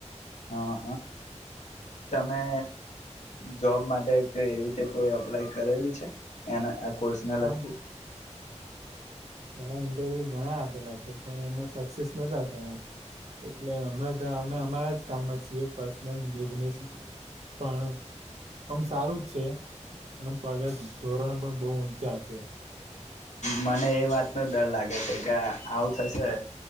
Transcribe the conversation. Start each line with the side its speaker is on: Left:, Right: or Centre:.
Left: હ હ તમે જોબ માટે કે એવી રીતે કોઈ અપ્લાય કરેલી છે એના આ કોર્સ ના લગતી.
Right: આમ પેલા ઇન્ટરવ્યુ ઘણા આપેલા છે પણ એમાં સક્સેસ નતા થયા એટલે હમણાં અમે અમારા જ કામમાં છીએ પર્સનલ બિઝનેસ પણ આમ સારું જ છે અને પગાર ધોરણ પણ બહુ ઊંચા છે.
Left: મને એ વાત ની ડર લાગે છે કે આવુ થશે